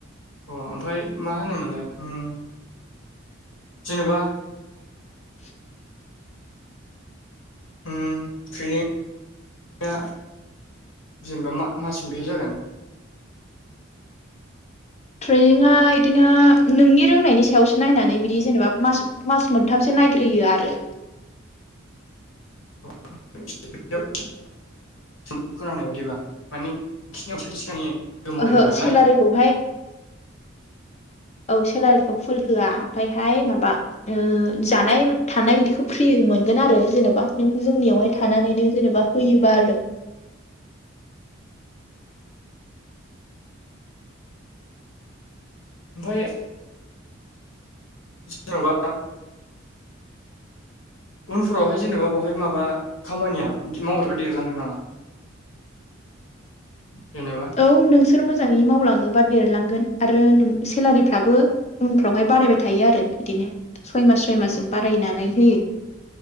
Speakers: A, on the left (about 80°); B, on the left (about 35°).
A: अ ओमफ्राय मा होनोमोनलाय उम जेनेबा
B: <inaudible>
A: उम ट्रेनिंया जेनेबाा मास मोन बेसे जागोन?
B: ट्रेनिंआ बिदिनो नोंनि रोंनायनि सायावसो। बि नायनानै बिदि जेनेबा मास मास मोनथामसो नायग्रोयो आरो
A: अ <unintelligible> नोंसिनि <unintelligible> खोनानाय बायदिबा माने खिनायाव सासे <unintelligible>
B: ओहो
A: दं नालाय
B: सेलारिखौहाय औ सेलारिखौ फुल होआ ओमफ्रायहाय माबा
A: <inaudible>
B: ओ जानाय थानाय इदिखौ फ्रि मोनगोन आरो जेनेबा नों जोंनियावहाय थानानैनो जेनेबा होयोबा आरो।
A: ओमफ्राय जेन'बा। उनफोरावहाय जेनेबा बावहाय माबा खामानिया मावहैबा देरलांगोन नामा? जेनेबा
B: औ नोंसोर मोजाङै मावलाङोबा देरलांगोन आरो नों सेलारिफ्राबो उनफ्रावहाय बारायबाय थायो आरो बिदिनो सय मास सय मासजों
A: अ
B: बारायनानै होयो।